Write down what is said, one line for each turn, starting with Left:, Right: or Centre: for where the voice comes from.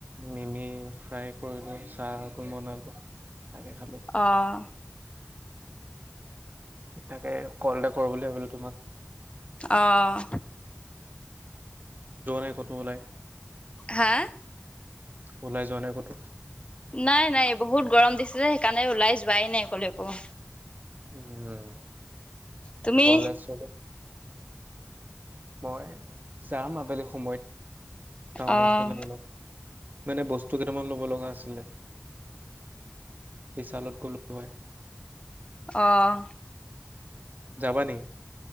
Right: মিমি ফ্ৰাই কৰিলো। চাহ অকণ বনালো তাকে খালো।
Left: অ'
Right: তাকে কল এটা কৰো বুলি ভাবিলো তোমাক।
Left: অহ,
Right: যোৱা নাই ক'তো ওলাই।
Left: হা?
Right: ওলাই যোৱা নাই ক'তো।
Left: নাই-নাই বহুত গৰম দিছে যে সেইকাৰণে ওলাই যোৱাই নাই কলৈকো।
Right: উম,
Left: তুমি?
Right: কলেজ-চলেজ মই যাম আবেলি সময়ত। টাউনৰ
Left: অ'
Right: ফালে অলপ। মানে বস্তু কেইটামান ল'ব লগা আছিলে। বিশালত গ'লোঁ হয়।
Left: অহ।
Right: যাবা নি?